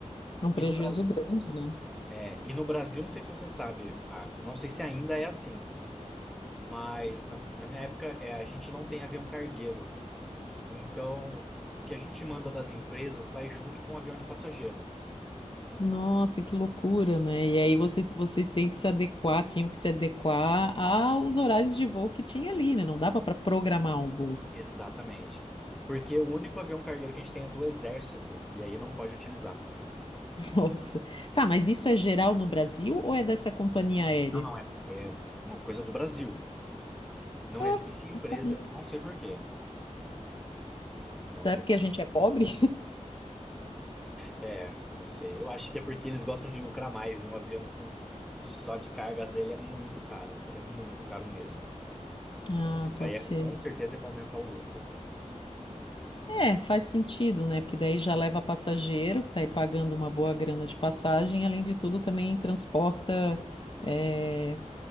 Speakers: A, on the left; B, in the centre.
A: É um prejuízo
B: E no Brasil,
A: grande, né?
B: é, e no Brasil, não sei se você sabe, a- não sei se ainda é assim, mas na, na minha época, é, a gente não tem avião cargueiro. Então, o que a gente manda das empresas vai junto com o avião de passageiro.
A: Nossa, que loucura, né? E aí você, vocês têm que se adequar, tinham que se adequar aos horários de voo que tinha ali, né? Não dava para programar um voo.
B: Exatamente. Porque o único avião cargueiro que a gente tem é do Exército, e aí não pode utilizar.
A: Nossa. Tá, mas isso é geral no Brasil ou é dessa companhia aérea?
B: Não, não é. É uma coisa do Brasil. Não
A: Ah,
B: existe empresa,
A: não sabia.
B: não sei por quê. Não
A: Será
B: sei.
A: porque a gente é pobre?
B: É, não sei. Eu acho que é porque eles gostam de lucrar mais, e um avião com de só de cargas, ele é muito caro. Ele é muito caro mesmo.
A: Ah,
B: Então, isso
A: pode
B: aí é,
A: ser.
B: com certeza é para aumentar o lucro.
A: É,
B: É,
A: faz sentido, né? Porque daí já leva passageiro, que tá aí pagando uma boa grana de passagem, além de tudo também transporta eh,